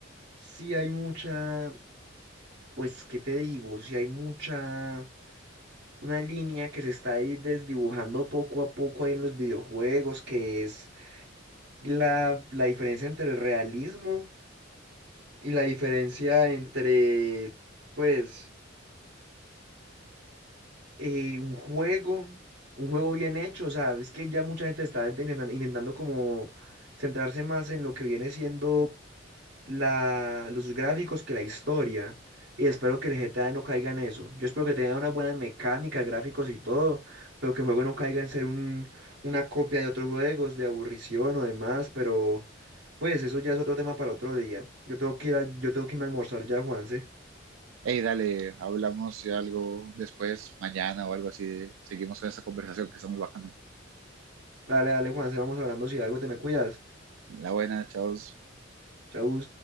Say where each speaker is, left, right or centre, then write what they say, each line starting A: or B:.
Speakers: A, on the right (about 60°); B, on the right (about 80°).
A: sí hay mucha, pues, ¿qué te digo? Sí hay mucha, una línea que se está ahí desdibujando poco a poco ahí en los videojuegos, que es la, la diferencia entre el realismo. y la diferencia entre, pues, eh, un juego, un juego bien hecho, o sea, es que ya mucha gente está intentando, intentando como centrarse más en lo que viene siendo la, los gráficos que la historia. Y espero que el GTA no caiga en eso. Yo espero que tenga unas buenas mecánicas, gráficos y todo, pero que el juego no caiga en ser un, una copia de otros juegos, de aburrición o demás, pero pues eso ya es otro tema para otro día. Yo tengo que ir a- yo tengo que irme a almorzar ya, Juanse.
B: hey, dale, hablamos de algo después, mañana o algo así, seguimos con esta conversación que está muy bacana.
A: Dale, dale, Juanse, vamos hablando si algo te me cuidas.
B: La buena, chao.
A: Chau.